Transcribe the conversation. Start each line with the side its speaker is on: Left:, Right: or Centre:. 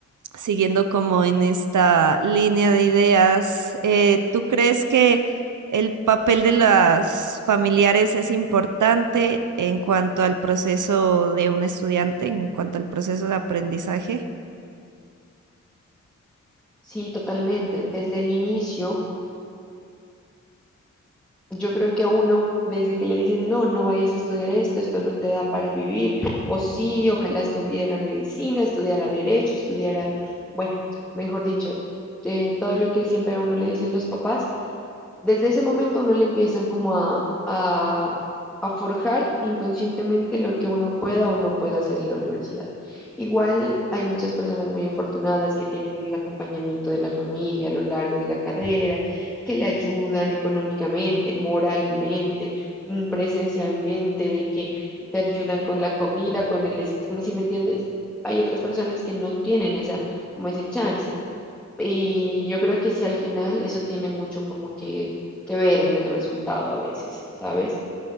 Right: siguiendo como en esta línea de ideas, eh, ¿tú crees que el papel de las familiares es importante en cuanto al proceso de un estudiante, en cuanto al proceso de aprendizaje?
Centre: sí, totalmente. Desde el inicio. Yo creo que a uno, desde que le dicen, no, no vayas a estudiar esto, esto no te da para vivir, o sí, ojalá estuviera medicina, estudiara derecho, estudiara, bueno, mejor dicho, eh, todo lo que siempre a uno le dicen los papás, desde ese momento a uno le empiezan como a, a, a forjar inconscientemente lo que uno pueda o no pueda hacer en la universidad. Igual hay muchas personas muy afortunadas que tienen el acompañamiento de la familia a lo largo de la carrera, que le ayudan económicamente, moralmente, mm, presencialmente, de que te ayudan con la comida, con el, est- ¿sí me entiendes? Hay otras personas que no tienen esa, como ese chance. Y yo creo que sí, al final eso tiene mucho como que, que ver en el resultado a veces, ¿sabes?